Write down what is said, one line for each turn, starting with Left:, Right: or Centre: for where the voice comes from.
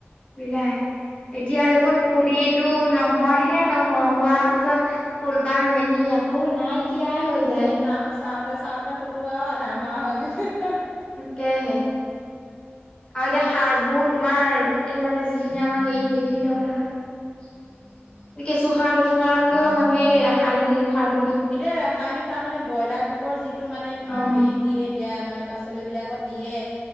Left: বিলাই এতিয়া দেখোন পুলিতো নহয় হে নহয় হোৱা পিছত ফুলপহে মেলি সি আকৌ নাইকিয়াই হৈ যায়
Centre: চা চাওঁতে-চাওঁতে <unintelligible> আৰু আধা মৰা হৈ গৈছে
Left: তাকেহে আৰু এতিয়া সাৰবোৰ তোমাৰ এই মানে যিখিনি আমাৰ হেৰি সেইখিনি নহয়-নহয়। কেঁচু সাৰটো
Centre: উম
Left: সাৰটোকেও মানে এই ৰাসায়নিক হেৰি সাৰ
Centre: এতিয়া ৰাসায়নিক সাৰ মানে ব্ৰইলাৰ গোবৰ যিটো মানে তোমাৰ
Left: অ
Centre: হেৰি দিয়ে এতিয়া মানে পাচলিবিলাকত দিয়ে